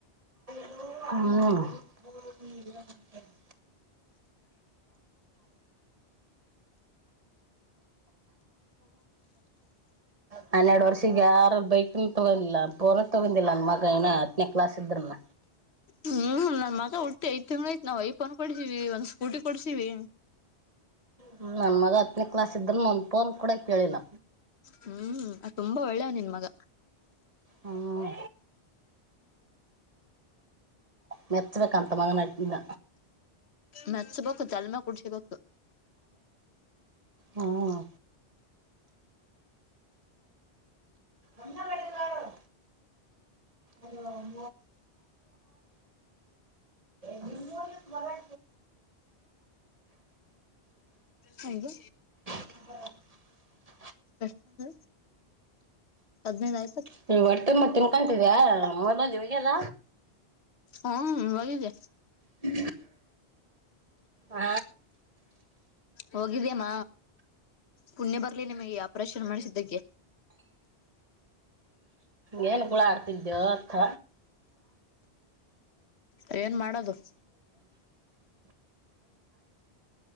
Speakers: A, on the right (about 35°); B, on the left (about 75°).
A: ಹ ಹನ್ನೆರಡು ವರ್ಷಗ ಯಾರ ಬೈಕ್ ತೊಗೊಂಡಿಲ್ಲ ಪೂರಕ್ ತಗೊಂಡಿಲ್ಲ ನನ್ ಮಗ ಏ ಹತ್ತನೇ ಕ್ಲಾಸ್ ಇದ್ರನ
B: ಹ್ಮ್ ನನ್ ಮಗ ಹುಟ್ಟಿ ಐದ್ ತಿಂಗ್ಾಯತ್ ನಾವವು ಐಫನ್ ಕೊಡಿಸಿವವಿ ಒಂದ್ ಸ್ಕೂಟಿ ಕೊಡ್ಸಿವವಿ
A: ್ಮ ನಮ್ಮ ಮಗ ಹತ್ತನೇ ಕ್ಲಾಸ್ ಇದ್ರ ಮಂದಪೋನ್ ಕೂಡ ಕೇಳಿಲ್ಲ
B: ಹ್ಮ್ ಅದು ತುಂಬಾ ಒಳ್ಳೇ ನಿನ್ ಮಗ
A: ಹ್ಮ ಮೆಚ್ಚಬೇಕಂತ ಮಂಗನಾಟಿಂದ
B: ಮೆತ್ಸ್ಬೇಕು ಜಲ್ಮಾ ಕುಡ್ಸಿಬೇಕು
A: ಹ್ಮ್ ಎಂದ ಮಾಡಡುವಾರು ಹಏ ಹೂ ಮರಾ
B: ಹೌದು
A: ಹ್ಮ
B: ಬಷ್ಟ ಅದನದಾಯ
A: ನೀ ಹೊರ್ ತಿಂಬತ್ ತಿನ್ಕೊಂತಿದ್ಯಾ ನಮ್ಮರ್ ಬಂದ ಇವಾಗಲ್ಲ
B: ಹ್ಮ ಹೋಗಿದ್ದ
A: ಇ ಆ
B: ಹೋಗಿದ್ಯಮ್ಮ ಪುಣ್ಯ ಬರ್ಲಿ ನಿಮಗೆ ಆಪರೇಷನ್ ಮಾಡಿಸಿದ್ದಕ್ಕೆ
A: ಏನ್ ಗುಳ ಆಡ್ತಿದ್ದಥ
B: ಏನ್ ಮಾಡೋದು